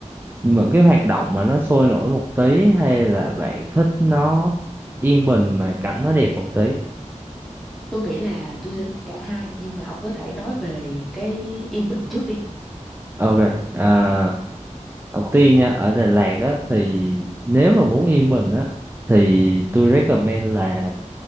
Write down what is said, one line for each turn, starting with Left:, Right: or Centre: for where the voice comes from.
Right: những cái hoạt động mà nó sôi nổi một tí hay là bạn thích nó yên bình
Centre: Ừm,
Right: mà cảnh nó đẹp một tí
Centre: tôi nghĩ là tôi sẽ thích cả hai nhưng mà ông có thể nói về cái yên bình trước đi.
Right: ok à, đầu tiên nha ở Đà Lạt á thì nếu mà muốn yên bình á thì
Centre: Ừ.
Right: tôi recommend là